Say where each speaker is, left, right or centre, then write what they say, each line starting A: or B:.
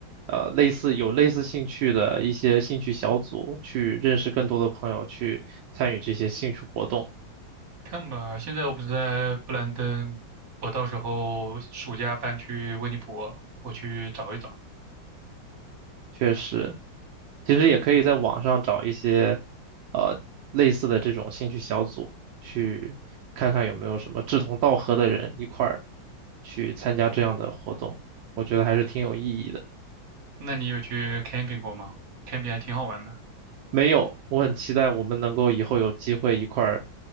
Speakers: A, on the right; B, on the right.
A: 呃，类似有类似兴趣的一些兴趣小组，去认识更多的朋友，去参与这些兴趣活动。
B: 看吧，现在我不是在布兰登，我到时候暑假搬去温尼伯，我去找一找。
A: 确实，其实也可以在网上找一些，呃，类似的这种兴趣小组，去看看有没有什么志同道合的人一块儿去参加这样的活动，我觉得还是挺有意义的。
B: 那你有去 camping 过吗？camping 还挺好玩的。
A: 没有，我很期待我们能够以后有机会一块儿